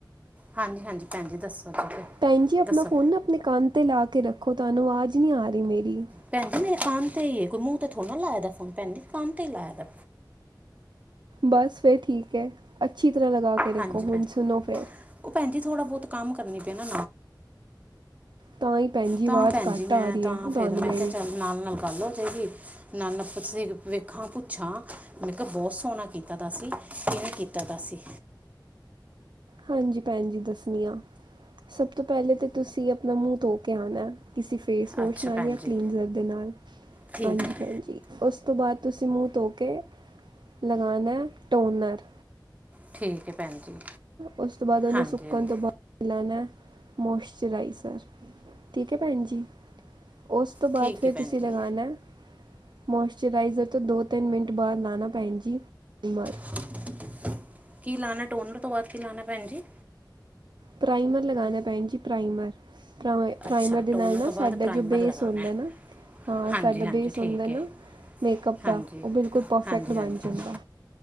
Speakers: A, on the right (about 20°); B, on the right (about 70°).
A: ਹਾਂਜੀ ਹਾਂਜੀ ਭੈਣ ਜੀ ਦੱਸੋ ਜੀ।
B: ਭੈਣ ਜੀ ਆਪਣਾ
A: ਦੱਸੋ
B: ਫੋਨ ਨਾ ਆਪਣੇ ਕੰਧ ਤੇ ਲਾ ਕੇ ਰੱਖੋ ਤੁਹਾਨੂੰ ਆਵਾਜ਼ ਨੀ ਆ ਰਹੀ ਮੇਰੀ।
A: ਭੈਣ ਮੇਰੇ ਕੰਨ ਤੇ ਹੀ ਮੂੰਹ ਤੇ ਥੋੜ੍ਹਾ ਲਾਇ ਫੋਨ ਤੇ ਕੰਨ ਤੇ ਲਾਇਆ।
B: ਬਸ ਫਿਰ ਠੀਕ ਐ ਅੱਛੀ ਤਰ੍ਹਾਂ ਲਗਾ ਕੇ ਰੱਖੋ
A: ਹਾਂਜੀ
B: ਹੁਣ
A: ਭੈਣ
B: ਸੁਣੋ ਫਿਰ।
A: ਉਹ ਭੈਣ ਜੀ ਥੋੜਾ ਬਹੁਤ ਕੰਮ ਕਰਨੀ ਪੈਣਾ।
B: ਤਾਂ ਹੀ ਭੈਣ ਜੀ
A: ਤਾਂ
B: ਆਵਾਜ਼
A: ਭੈਣ
B: ਘੱਟ
A: ਜੀ ਮੈਂ
B: ਆ ਰਹੀ
A: ਤਾਂ
B: ਹੈ ਤੁਹਾਨੂੰ
A: ਫੇਰ ਮੈਂ
B: ਮੇਰੀ
A: ਕਿਹਾ ਚੱਲ ਨਾਲ ਨਾਲ ਗੱਲ ਹੋ ਜਾਏਗੀ। ਨਾਲ ਵੇਖਾਂ ਪੁੱਛਾਂ ਮੈਂ ਕਿਹਾ ਬਹੁਤ ਸੋਹਣਾ ਕੀਤਾ ਤਾ ਸੀ ਕਿਵੇਂ ਕੀਤਾ। ਕੀਤਾ ਦਾ ਸੀ।
B: ਹਾਂਜੀ ਭੈਣ ਜੀ ਦੱਸਣੀ ਆ। ਸਭ ਤੋਂ ਪਹਿਲੇ ਤੇ ਤੁਸੀਂ ਅਪਣਾ ਮੂੰਹ ਧੋ ਕੇ ਆਣਾ ਐ ਕਿਸੀ ਫੇਸਵੋਸ਼
A: ਅੱਛਾ
B: ਨਾਲ
A: ਭੈਣ
B: ਜਾਂ
A: ਜੀ
B: ਕਲੀਨਜ਼ਰ ਦੇ ਨਾਲ।
A: ਠੀਕ
B: ਹਾਂਜੀ
A: ਹੈ
B: ਭੈਣ ਜੀ। ਓਸ ਤੋਂ ਬਾਅਦ ਤੁਸੀ ਮੂੰਹ ਧੋ ਕੇ ਲਗਾਣਾ ਐ ਟੋਨਰ।
A: ਠੀਕ ਏ ਭੈਣ ਜੀ।
B: ਓਸ ਤੋਂ ਬਾਅਦ ਓਹਨੂੰ
A: ਹਾਂਜੀ
B: ਸੁੱਕਣ
A: ਹਾਂਜੀ
B: ਤੋਂ ਬਾਅਦ ਲਾਣਾ ਐ ਮੋਇਸਚਰਾਈਜ਼ਰ ਠੀਕ ਐ। ਭੈਣਜੀ ਓਸ ਤੋਂ ਬਾਦ
A: ਠੀਕ
B: ਫੇਰ
A: ਹੈ
B: ਤੁਸੀ
A: ਭੈਣ ਜੀ
B: ਲਗਾਣਾ ਐ ਮੋਇਸਚਰਾਈਜ਼ਰ ਤੋਂ ਦੋ ਤਿੰਨ ਮਿੰਟ ਬਾਅਦ ਲਾਣਾ ਭੈਣ ਜੀ ਜੀਮਰ
A: <unintelligible> ਕੀ ਲਾਣਾ ਟੋਨਰ ਤੋਂ ਬਾਅਦ ਕੀ ਲਾਣਾ ਭੈਣ ਜੀ।
B: ਪ੍ਰਾਈਮਰ ਲਗਾਣਾ ਭੈਣ ਜੀ ਪ੍ਰਾਈਮਰ। ਪ੍ਰਾਈਮਰ
A: ਅੱਛਾ
B: ਦੇ
A: ਟੋਨਰ
B: ਨਾਲ ਨਾ
A: ਤੋਂ
B: ਸਾਡਾ
A: ਬਾਅਦ ਪ੍ਰਾਈਮਰ
B: ਜੋ ਬੇਸ
A: ਲਗਾਉਣਾ
B: ਹੁੰਦਾ
A: ਹੈ
B: ਨਾ। ਹਾਂ
A: ਹਾਂਜੀ
B: ਸਾਡ
A: ਹਾਂਜੀ
B: ਬੇਸ
A: ਠੀਕ
B: ਹੁੰਦਾ ਨਾ।
A: ਹੈ
B: ਮੇਕਅਪ ਦਾ
A: ਹਾਂਜੀ
B: ਉਹ ਬਿਲਕੁਲ ਪਰਫੈਕਟ
A: ਹਾਂਜੀ
B: ਬਣ
A: ਹਾਂਜੀ
B: ਜਾਂਦਾ